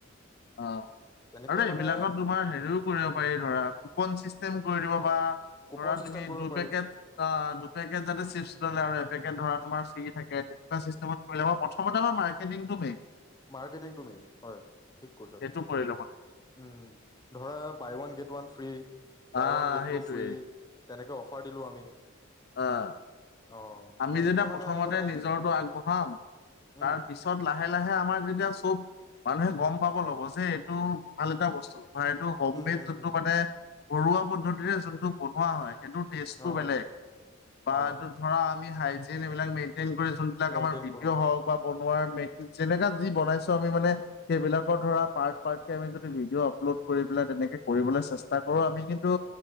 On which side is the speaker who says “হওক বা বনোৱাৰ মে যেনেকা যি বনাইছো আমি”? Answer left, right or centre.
Left